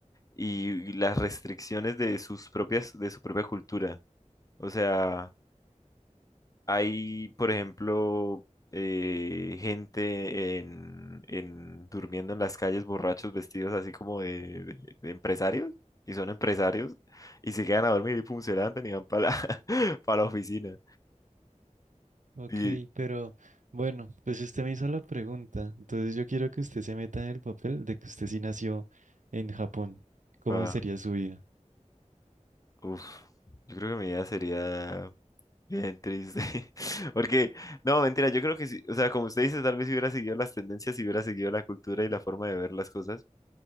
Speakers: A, on the left (about 25°); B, on the right (about 80°).
A: y las restricciones de sus propias, de su propia cultura. O sea, hay, por ejemplo, eh, gente en, en- durmiendo en las calles borrachos vestidos así como de, de- de empresarios, y son empresarios, y se quedan a dormir y pum, se levantan y van para la, <laughs> pa la oficina.
B: Ok,
A: Y,
B: pero bueno, pues usted me hizo la pregunta. Entonces yo quiero que usted se meta en el papel de que usted sí nació en Japón. ¿Cómo
A: ah,
B: sería su vida?
A: uf, yo creo que mi idea sería Bien triste. <laughs> Porque, no, mentira, yo creo que sí, o sea, como usted dice, tal vez si hubiera seguido las tendencias, si hubiera seguido la cultura y la forma de ver las cosas,